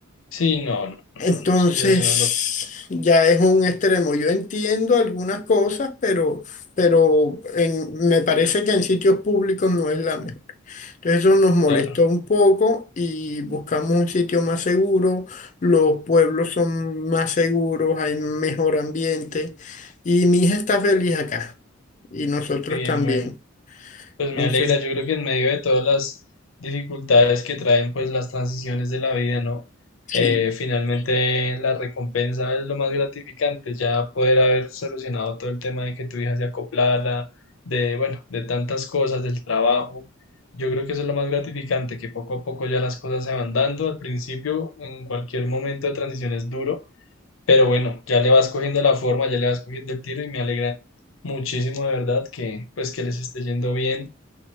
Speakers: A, on the left (about 80°); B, on the left (about 40°).
A: Sí, no, no, no,
B: Entonces,
A: no, eso ya es una locura,
B: ya es un extremo. Yo entiendo algunas cosas, pero, pero en- me parece que en sitios públicos no es la mejor. Entonces, eso nos molestó
A: claro.
B: un poco y buscamos un sitio más seguro. Los pueblos son más seguros, hay mejor ambiente y mi hija está feliz acá y nosotros
A: Qué bien,
B: también.
A: bueno. Pues me
B: Entonces,
A: alegra, yo creo que en medio de todas las dificultades que traen pues las transiciones de la vida, ¿no?
B: sí.
A: Eh, finalmente la recompensa es lo más gratificante, ya poder haber solucionado todo el tema de que tu hija se acoplara, de, bueno, de tantas cosas, del trabajo. Yo creo que eso es lo más gratificante, que poco a poco ya las cosas se van dando. Al principio, en cualquier momento de transición es duro, pero bueno, ya le vas cogiendo la forma, ya le vas cogiendo el tiro y me alegra muchísimo de verdad que pues que les esté yendo bien